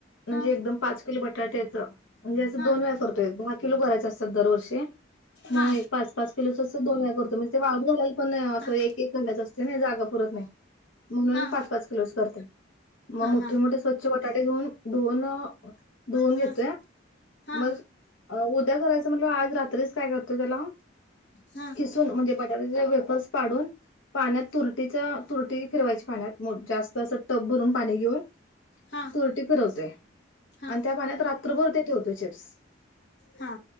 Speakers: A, on the left (about 85°); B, on the left (about 60°).
A: म्हणजे
B: हा
A: एकदम पाच किलो बटाट्याच म्हणजे असं
B: हा
A: दोन वेळा करतोय <unintelligible> किलू करायचं असतात दरवर्षी मग
B: हा
A: पाच पाच किलोच अस दोन वेळा करतो म्हणजे ते वाळतं घालायला पण असं
B: हा
A: एक एक घालायचं असतं नाही जागा पुरत नाही म्हणून
B: हा
A: पाच पाच किलोच करते मग
B: हा
A: मोठे
B: हा
A: मोठे स्वच्छ बटाटे घेऊन धुवन धुवून
B: हा
A: घेतोय
B: हा हा
A: मग उद्या करायचं म्हंटल्यावर आज रात्रीच काय करतोय त्याला
B: हा
A: किसून म्हणजे बटाट्याचे वेपर्स पाडून पाण्यात तुरटीचं तुरटी फिरवायची पाण्यात जास्त असं टप भरून घिवून
B: हा
A: तुरटी फिरवतोय
B: हा
A: आणि त्या पाण्यात रात्रभर ठेवतोय ते चिप्स
B: हा